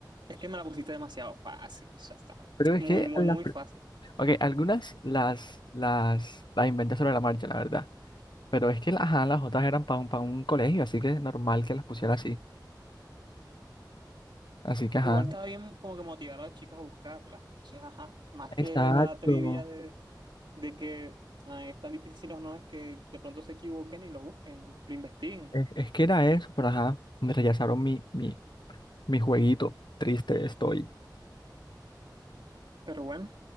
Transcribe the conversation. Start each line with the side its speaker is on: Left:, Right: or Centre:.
Right: Es que me la pusiste demasiado fácil, o sea, está
Left: Pero es
Right: muy,
Left: que
Right: muy,
Left: las,
Right: muy
Left: pr-
Right: fácil.
Left: ok, algunas las, las, las inventé sobre la marcha, la verdad. Pero es que la- ajá, las otras eran para un, para un colegio, así que es normal que las pusiera así. Así que, ajá,
Right: Igual estaba bien como que motivar a los chicos a buscarla. Entonces, ajá, más
Left: exacto.
Right: que la trivia de, de que ay, es tan difícil o no, es que de pronto se equivoquen y lo busquen, lo investiguen.
Left: Es, es que era eso, pero ajá, me rechazaron mi, mi, mi jueguito. Triste estoy.
Right: Pero bueno,